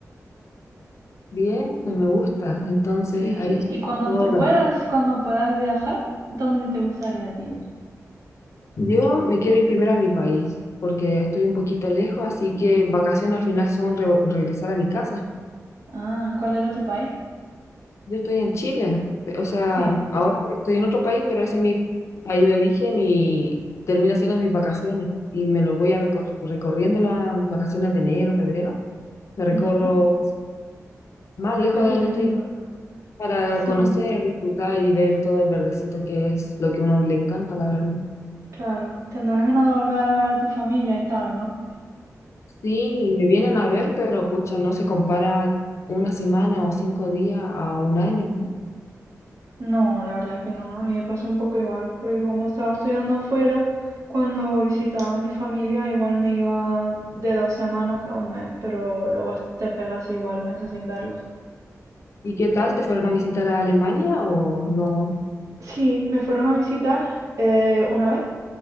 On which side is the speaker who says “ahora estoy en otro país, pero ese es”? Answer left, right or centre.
Left